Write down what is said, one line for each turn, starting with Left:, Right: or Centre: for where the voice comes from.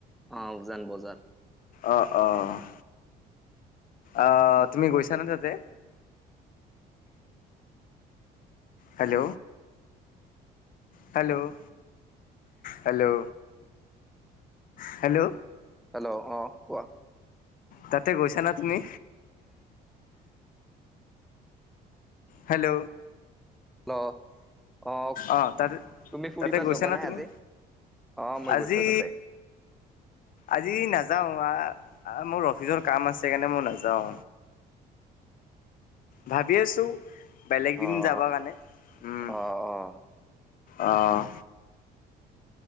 Centre: অ', উজান বজাৰ।
Left: অঁ অঁ। আহ তুমি গৈছানে তাতে? Hello. Hello. Hello. Hello.
Centre: Hello. অ কোৱা।
Left: তাতে গৈছা না তুমি? হেল্ল'।
Centre: হেল্ল'আহ
Left: অ' তাতে
Centre: তুমি ফুৰিবা
Left: তাতে গৈছা
Centre: যাবা
Left: না
Centre: নাই
Left: তুমি?
Centre: আজি? আহ মই
Left: আজি
Centre: গৈছো তাতে।
Left: আজি নাযাও, আহ মোৰ অফিচৰ কাম আছে সেইকাৰণে মই নাযাও। ভাবি আছো বেলেগ দিন
Centre: অ',
Left: যাব কাৰণে। উম।
Centre: অ', অ',
Left: আহ।